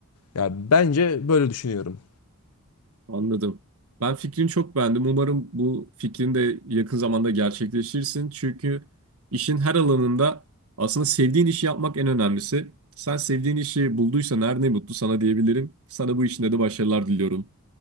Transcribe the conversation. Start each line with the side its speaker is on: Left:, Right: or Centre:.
Left: Ya bence böyle düşünüyorum.
Right: Anladım. Ben fikrini çok beğendim. Umarım bu fikrin de yakın zamanda gerçekleşirsin. Çünkü işin her alanında aslında sevdiğin işi yapmak en önemlisi. Sen sevdiğin işi bulduysan her ne mutlu sana diyebilirim. Sana bu işinde de başarılar diliyorum.